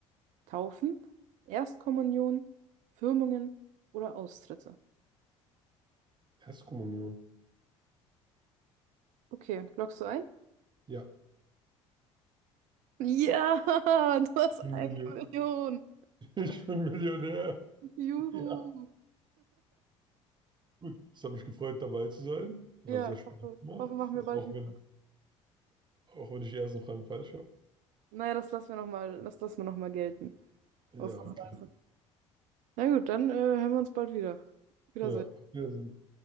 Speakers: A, on the right (about 50°); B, on the right (about 30°).
A: Taufen, Erstkommunion, Firmungen oder Austritte?
B: Erstkommunion.
A: Okay, loggst du ein?
B: Ja,
A: Ja, <laughs> du hast
B: ich bin
A: eine
B: Million.
A: Million.
B: <laughs> Ich bin Millionär.
A: Juhu.
B: Ja, gut. Es hat mich gefreut, dabei zu sein. Es
A: Ja,
B: hat sehr
A: ich
B: Spaß
A: hoffe,
B: gemacht.
A: hoffe, machen wir bald
B: Auch
A: wieder.
B: wenn, auch wenn ich die ersten Fragen falsch habe.
A: Naja, das lassen wir nochmal, das lassen wir noch mal gelten.
B: Ja,
A: Ausnahmsweise.
B: okay.
A: Na gut, dann äh, hören wir uns bald wieder. Wiedersehen.
B: Ja, auf Wiedersehen.